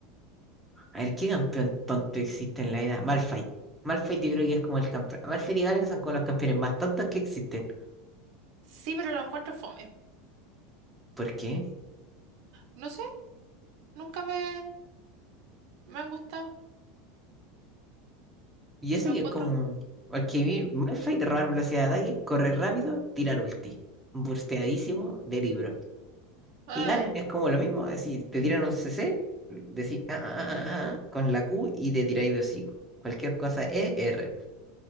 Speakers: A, in the centre; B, on the right.
A: a ver, ¿qué campeón tonto existe en la vida, Malphite. Malphite yo creo que es como el campeón. Malphite y Garen son como los campeones más tontos que existen.
B: Sí, pero lo encuentro fome.
A: ¿Por qué?
B: No sé, nunca me, me han gustado.
A: Y eso
B: Lo
A: que
B: encuentro
A: es como...
B: con...
A: Porque vi Malphite robar velocidad de ataque, correr rápido, tirar ulti. Bursteadísimo de libro.
B: Ah,
A: Y Garen es como lo mismo, es decir, te tiran un CC, decís "Ah, ah, ah, ah", ah, con la Q y te tiráis de hocico. Cualquier cosa ER.